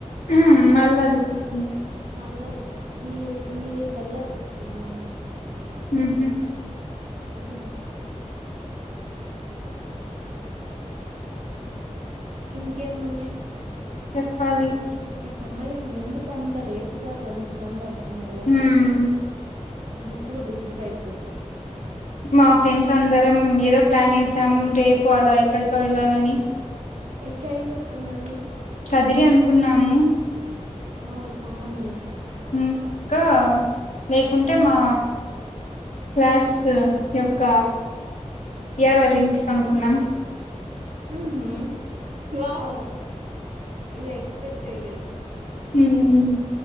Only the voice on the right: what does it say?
నల్లది కాదు మీ మీది తెల్లది తీసుకున్నాం మేము
అది <inaudible> ఇంకేం ఉంది
ఇప్పుడు సమయం ఎందుకంత లేటుగా గడుస్తుందో అర్థం అవ్వట్లే
గిప్పుడు బిరిగ్గా అయిపోతాయ్
ఎక్కడికి పోతన్నారు
ఔ చానా మేలు
ఊహు వావ్ ఇది ఎక్స్పెక్ట్ చేయలే